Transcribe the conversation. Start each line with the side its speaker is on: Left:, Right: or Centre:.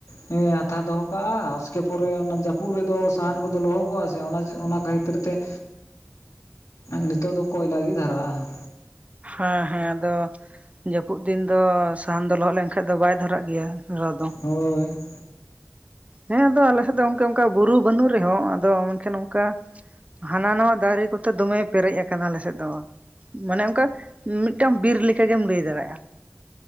Left: ᱦᱟᱛᱟᱣ ᱫᱚᱦᱚ ᱠᱟᱜᱼᱟ ᱩᱥᱠᱮ ᱯᱚᱨᱮ ᱚᱱᱟ ᱡᱟᱹᱯᱩᱫ ᱨᱮᱫᱚ ᱥᱟᱦᱟᱱ ᱠᱚᱫᱚ ᱞᱚᱦᱚᱫᱚᱜᱼᱟ ᱥᱮ ᱚᱱᱟ ᱠᱷᱟᱹᱛᱤᱨ ᱛᱮ
Right: <inaudible>
Left: ᱱᱤᱛᱚᱜ ᱫᱚ ᱠᱚᱭᱞᱟ ᱜᱮ ᱫᱷᱟᱨᱟᱜᱼᱟ ᱾
Right: ᱦᱮᱸ ᱦᱮᱸ ᱟᱫᱚ ᱡᱟᱹᱯᱩᱫ ᱫᱤᱱ ᱫᱚ ᱥᱟᱦᱟᱱ ᱫᱚ ᱞᱚᱦᱚᱫ ᱞᱮᱱ ᱠᱷᱟᱡ ᱫᱚ ᱵᱟᱭ ᱫᱷᱚᱨᱟᱜ ᱜᱮᱭᱟ ᱫᱷᱚᱨᱟᱣ ᱫᱚ ᱾
Left: ᱦᱳᱭ ᱾
Right: ᱦᱮᱸ ᱟᱫᱚ ᱟᱞᱮ ᱥᱮᱫ ᱫᱚ ᱚᱱᱠᱟ ᱚᱱᱠᱟ ᱵᱩᱨᱩ ᱵᱟᱹᱱᱩᱜ ᱨᱮᱦᱚᱸ ᱟᱫᱚ ᱢᱮᱱᱠᱷᱟᱱ ᱚᱱᱠᱟ ᱦᱟᱱᱟ ᱱᱟᱣᱟ ᱫᱟᱨᱮ ᱠᱚᱛᱮ ᱫᱚᱢᱮ ᱯᱮᱨᱮᱡ ᱟᱠᱟᱱᱟ ᱟᱞᱮ ᱥᱮᱫ ᱫᱚ ᱾ ᱢᱟᱱᱮ ᱚᱱᱠᱟ ᱢᱤᱫᱴᱟᱝ ᱵᱤᱨ ᱞᱮᱠᱟ ᱜᱮᱢ ᱞᱟᱹᱭ ᱫᱟᱲᱮᱜᱼᱟ ᱾